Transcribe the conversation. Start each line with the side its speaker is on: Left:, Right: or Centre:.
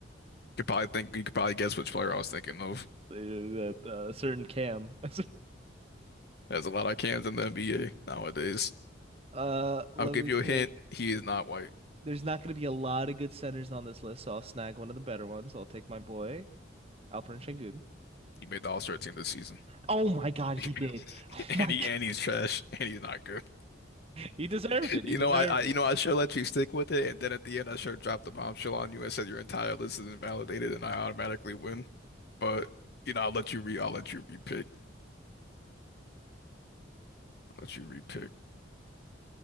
Left: Could probably think you could probably guess which player I was thinking of.
Right: uh, that uh, certain Cam. <laughs>
Left: There's a lot of cans in the NBA nowadays.
Right: Uh, let
Left: I'll give
Right: me
Left: you a
Right: think.
Left: hint. He is not white.
Right: There's not going to be a lot of good centers on this list, so I'll snag one of the better ones. I'll take my boy Alperen Şengün.
Left: He made the All-Star team this season.
Right: Oh my God, he
Left: <laughs>
Right: did. <laughs> Oh
Left: And
Right: my
Left: he
Right: God,
Left: and he's trash and he's not good.
Right: he deserved it.
Left: You
Right: He deserved
Left: know, I, I
Right: it.
Left: you know I sure let you stick with it, and then at the end I sure dropped the bombshell on you and said your entire list is invalidated, and I automatically win. But you know, I'll let you re I'll let you repick. I'll let you repick.